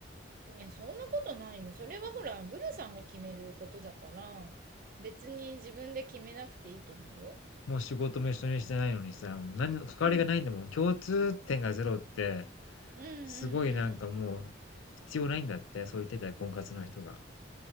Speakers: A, on the right; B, on the left.
A: いや、そんなことないよ。それはほら、グルさんが決めることだから、別に自分で決めなくていいと思うよ。
B: もう仕事も一緒にしてないのにさ、もう何の関わりがないんだもん。
A: うん。
B: 共通点がゼロって、
A: うんうんうん。
B: すごいなんかもう、必要ないんだって、そう言ってたよ、婚活の人が。